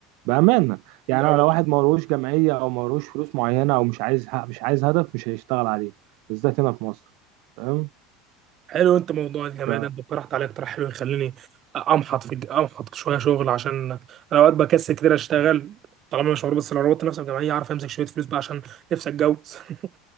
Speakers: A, on the right; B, on the right.
A: بامانه يعني
B: أو
A: لو واحد ملوش جمعيه او ملوش فلوس معينه او مش عايز مش عايز هدف مش هيشتغل عليه بالذات هنا في مصر فاهم
B: حلو انت موضوع الجامعه
A: ف
B: ده انت اقترحت عليا اقتراح حلو يخليني امحط في امحط شويه شغل عشان انا اوقات بكسل كتير اشتغل طالما مش مربوط بس لو ربطت نفسي بجمعيه اعرف امسك شويه فلوس بقى عشان نفسي اتجوز <laughs>